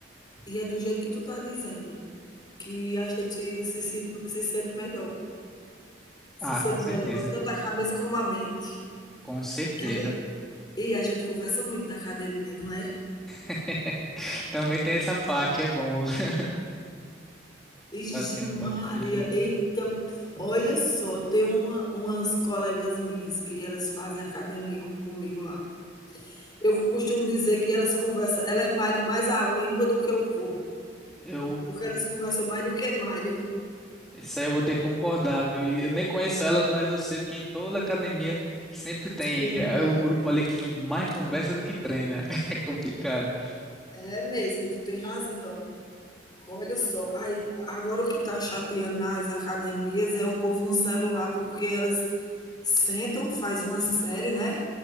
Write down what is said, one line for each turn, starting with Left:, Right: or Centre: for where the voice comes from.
Left: E é do jeito que tu tá dizendo, que a gente se, se, se sente melhor. Se
Centre: Ah,
Left: sente
Centre: com certeza.
Left: melhor, tanto a cabeça como a mente.
Centre: Com certeza.
Left: Que a E a gente conversa muito na academia, não é?
Centre: <laughs> Também tem essa parte, é bom. <laughs>
Left: Ixi
Centre: Bater
Left: Maria,
Centre: um papinho.
Left: eita, olha só, tem uma, umas colegas minhas que elas fazem academia comigo lá. Eu costumo dizer que elas conversam, elas malham mais a língua do que o corpo,
Centre: Eu,
Left: porque elas conversam mais do que malham.
Centre: isso aí eu vou ter que concordar, viu? E Eu nem conheço elas, mas eu sei, porque em toda academia sempre tem
Left: Sim,
Centre: é, o grupo ali que mais conversa do que treina. <laughs> É complicado.
Left: é mesmo, tu tem razão. Olha só, aí agora o que está chateando nas academias é o povo no celular, porque eles sentam, faz uma série, né,